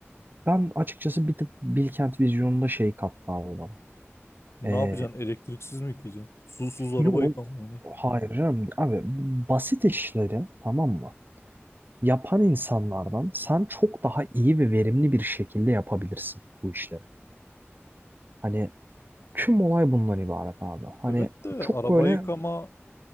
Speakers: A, on the right (about 45°); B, on the left (about 65°).
A: Ben açıkçası bir tık Bilkent vizyonunda şey kattı abi bana.
B: Ne
A: E,
B: yapacaksın? Elektriksiz mi yıkayacaksın? Susuz araba
A: yol
B: yıkama mı ne?
A: hayır canım abi basit işleri tamam mı? Yapan insanlardan sen çok daha iyi ve verimli bir şekilde yapabilirsin bu işleri. Hani tüm olay bundan ibaret abi. Hani
B: Evet de araba
A: çok böyle
B: yıkama